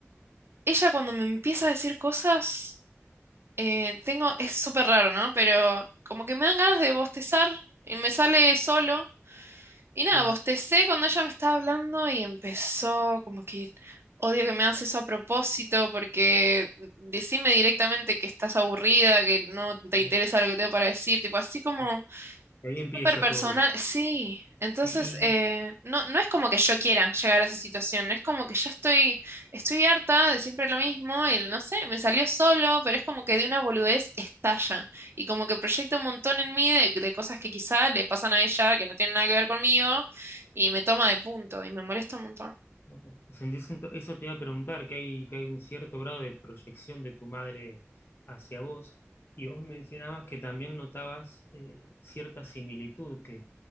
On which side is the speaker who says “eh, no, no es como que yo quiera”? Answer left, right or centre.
Right